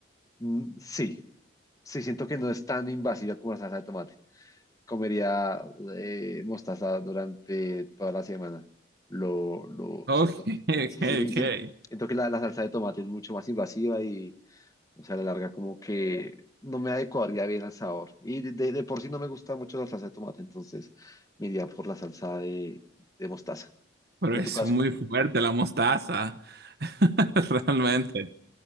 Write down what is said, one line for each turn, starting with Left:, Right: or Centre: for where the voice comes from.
Left: mm, sí, sí, siento que no es tan invasiva como la salsa de tomate. Comería eh, mostaza durante toda la semana. Lo, lo
Right: Ok,
Left: siento que.
Right: <laughs>
Left: Sí,
Right: ok,
Left: sí, sí,
Right: ok.
Left: sí. Siento que la, la salsa de tomate es mucho más invasiva y, o sea, a la larga, como que no me adecuaría bien al sabor. Y de, de- de por sí no me gusta mucho la salsa de tomate, entonces me iría por la salsa de, de mostaza.
Right: Pero
Left: ¿Y En
Right: es
Left: tu caso.
Right: muy fuerte la mostaza. <laughs> Realmente.